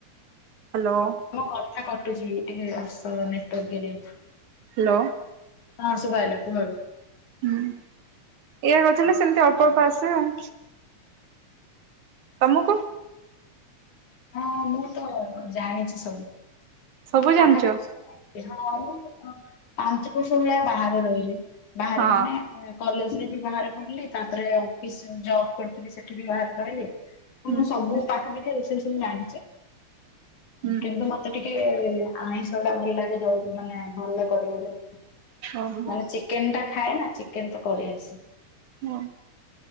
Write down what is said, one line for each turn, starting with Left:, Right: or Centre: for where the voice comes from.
Right: ହାଲୋ।
Left: ତମ କଥା କଟୁଚି, ଟିକେ ଆସ ନେଟ୍ ୱାର୍କ ଏରିଆକୁ।
Right: ହାଲୋ।
Left: ହଁ, ଶୁବା ହେଲା କୁହ ଏବେ?
Right: ହୁଁ, ଏଇଆ କରୁଥିଲେ, ସେମିତି ଅଳ୍ପ-ଅଳ୍ପ ଆସେ ଆଉ। ତମକୁ
Left: ହଁ ମୁଁ ତ ଜାଣିଛି ସବୁ
Right: ସବୁ ଜାଣିଛ
Left: ପାଖାପାଖି ସବୁ ଜାଣି ସେ ହଁ ମୁ ହଁ ପାଞ୍ଚ ବର୍ଷ ଭଳିଆ ବାହାରେ ରହିଲି ବାହାରେ
Right: ହଁ
Left: ମାନେ ଏ କଲେଜ୍ ରେ ବି ବାହାରେ ପଢ଼ିଲି ତାପରେ ଅଫିସ୍ ଜବ୍ କରୁଥିଲି ସେଠି ବି ବାହାରେ ରହିଲି। ମୁଁ
Right: ହୁଁ
Left: ସବୁ ପାଖାପାଖି ରୋଷେଇ ସବୁ ଜାଣିଛି
Right: ହୁଁ
Left: କିନ୍ତୁ ମ ତେ ଟିକେ ଆଇଁଷଟା ଭଲ ଲାଗେ ଯୋଉ ମାନେ ଭଲ କରିବାରେ
Right: ଓହୋ
Left: ମାନେ ଚି ଚିକେନ୍ ଟା ଖାଏନା ଚିକେନ୍ ତ କରିନି ସେ।
Right: ହଁ